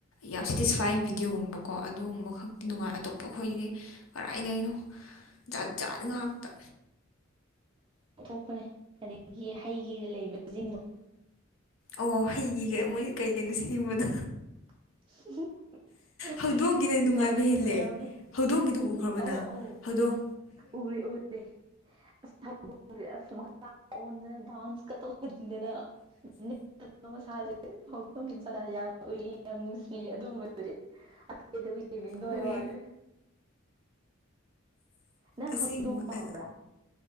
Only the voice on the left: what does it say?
ꯌꯥꯝ ꯁꯦꯇꯤꯁꯐꯥꯏꯤꯡ ꯕꯤꯗꯤꯑꯣꯒꯨꯝꯕꯀꯣ ꯑꯗꯨꯒꯨꯝꯕ ꯈꯛꯇꯤ ꯅꯨꯡꯉꯥꯏ ꯑꯇꯣꯞꯄ ꯑꯩꯈꯣꯏꯒꯤꯗꯤ ꯀꯗꯥꯏꯗꯩꯅꯣ ꯖꯥꯠ ꯖꯥꯠ ꯉꯥꯛꯇ
ꯑꯣ ꯍꯩꯒꯤꯒ ꯃꯣꯏ ꯀꯔꯤ ꯀꯩꯅꯣ ꯁꯦꯝꯕꯗꯣ
ꯍꯧꯗꯣꯡꯒꯤꯅ ꯅꯨꯡꯉꯥꯏꯕ
ꯍꯦꯜꯂꯦ
ꯍꯧꯗꯣꯡꯒꯤꯗꯨ ꯎꯈ꯭ꯔꯕ
ꯅꯪ
ꯍꯧꯗꯣꯡ
ꯍꯣꯏ
ꯑꯁ ꯑꯁꯦꯡꯕ
ꯑ